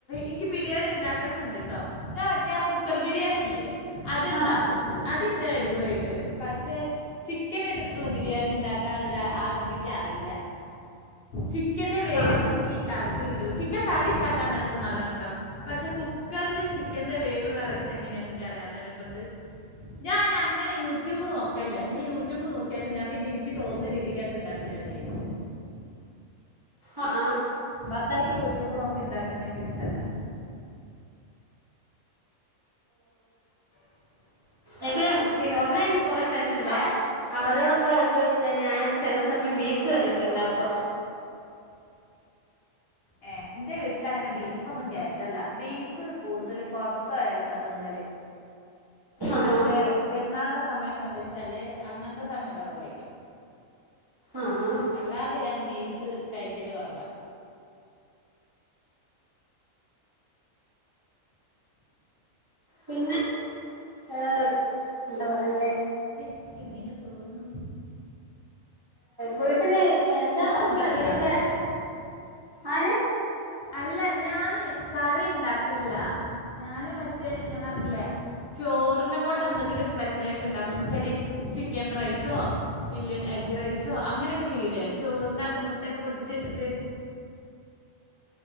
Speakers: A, on the left; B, on the right.
A: എനിക്ക് ബിരിയാണി ഇണ്ടാക്കണംന്ന്ണ്ട്ട്ടോ ഞാൻ മറ്റേ കുക്കർ ബിരിയാണില്ലേ അത്ണ്ടാക്കും
B: ആഹ്
A: അതിന്റെ അടിപൊളിയായിട്ട് വരും പക്ഷെ ചിക്കൻ ഇട്ടിട്ടുള്ള ബിരിയാണി ഇണ്ടാക്കാൻള്ള ആ ഒരുതിക്കറീല്ല ചിക്കന്റെ വേവ്
B: ആഹ്
A: ഇനിക്ക് കറക്റ്റ് കിട്ട് ചിക്കൻ കറി ഈണ്ടാക്കാൻ നേരത്ത് നല്ലോണം ഉണ്ടാക്കും പക്ഷെ കുക്കറല് ചിക്കന്റെ വേവ് കറക്റ്റ് എങ്ങനെയാന്ന്ക് ഇൻകറിയാത്തേനെ കൊണ്ട് ഞാനങ്ങനെ യൂട്യൂബ് നോകേല്ല ഞാൻ യൂറ്റൂബ് നോക്യാലും ഞാൻ പിന്നെഎനിക്ക് തോന്ന്ന്ന രീതികങ്ങട്ട് ഇണ്ടാക്കലാ ചെയ്യല്
B: ആ ആ
A: മൊത്തായിട്ട് യൂട്യൂബ് നോക്കി ഇണ്ടാക്കുന്നെ ഇൻക്ക് ഇഷ്ടല്ല <inaudible>
B: എ പിന്നെ ഓൺലൈനിൽ കൊറെേ ഫ്രണ്ട്‌സ് ഉണ്ടേ അവരോടൊക്കെ ചോദിച്ച ഞാൻ ചെല സമയം ബീഫ് കറിക്കേ ഇണ്ടാക്കും
A: <unintelligible> ഏ എന്റെ വീട്ടില് അങ്ങനെ ബീഫൊന്നും കേയറ്റല്ല ബീഫ് കൂടുതല് പൊറത്തയാലൊക്ക തിന്നല് ഈ
B: ആഹ്
A: മറ്റേ
B: ആഹ്
A: പേ പെരുന്നാളുടെ സമയമൊക്കെ ഉണ്ട് വെച്ചാല് അങ്ങനത്തെ സമയത്തൊക്കെ കഴിക്കും
B: ആഹ് ആഹ്
A: അല്ലാതെ ഞാന് ബീഫ് കഴിക്കല് കുറവാ
B: പിന്നെ ഏഹ് എന്താ പറണ്ടേ?
A: പക്ഷെ ഇങ്ങനെ പോകണം?
B: വീട്ടില് എന്താ പച്ചക്കറിയൊക്കെ
A: ഫുഡൊക്കെ ഉണ്ടാക്കൂലേ
B: ആര്?
A: അല്ല ഞാന് കറി ഇണ്ടാക്കല്ല ഞാന് മറ്റേ ഞാൻ പറഞ്ഞില്ലേ ചോറിനെ കൊണ്ട് എന്തെങ്കിലും സ്പെഷ്യൽ ആയിട്ട് ഇണ്ടാക്കൂന്ന് ന്ന്ച്ചാല് ചിക്കൻ റൈസോ ഇല്ല എഗ്ഗ് ഗ് റൈസോ അങ്ങനെയൊക്കെ ചെയ്യുലേ ചോറിനാത്ത് മുട്ടെക്കെ പൊട്ടിച്ച് വെച്ചിട്ട്